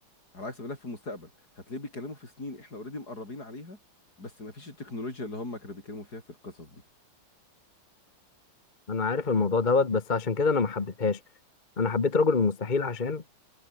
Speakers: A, on the left; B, on the left.
A: على عكس ملف المستقبل هتلاقيه بيتكلموا في سنين احنا اوريدي مقربين عليها بس ما فيش التكنولوجيا اللي هم كانوا بيتكلموا فيها في القصص دي
B: انا عارف الموضوع دوت بس عشان كده انا ما حبيتهاش انا حبيت رجل المستحيل عشان